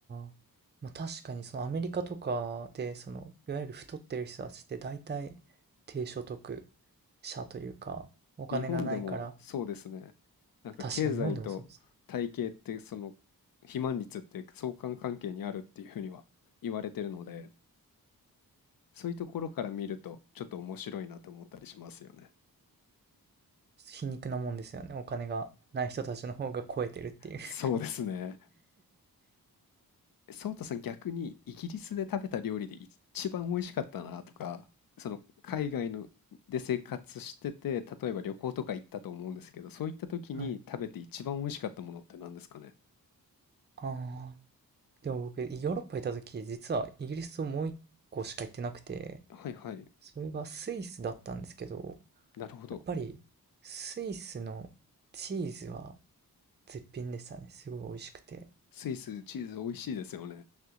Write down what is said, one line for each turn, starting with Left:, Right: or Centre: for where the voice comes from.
Right: あ、まあ確かにそのアメリカとかで、その、いわゆる太ってる人たちって大体低所得者というか、お金がないから
Left: 日本でもそうですね。なんか経済と体型って、
Right: 確かに日本でもそうです。
Left: その肥満率って相関関係にあるっていうふうには言われてるので、そういうところから見るとちょっと面白いなと思ったりしますよね。
Right: 皮肉なもんですよね。お金がない人たちの方が超えてるっていう。
Left: そうですね。
Right: <laughs>
Left: ソウタさん、逆にイギリスで食べた料理で一番美味しかったなとか、その海外ので生活してて、例えば旅行とか行ったと思うんですけど、そういった時に食べて一番美味しかったものって何ですかね。
Right: はい。ああ。でも僕、ヨーロッパいた時、実はイギリスをもう一個しか行ってなくて、
Left: はいはい。
Right: それがスイスだったんですけど、
Left: なるほど。
Right: やっぱりスイスのチーズは絶品でしたね。すごい美味しくて、
Left: スイス、チーズ美味しいですよね。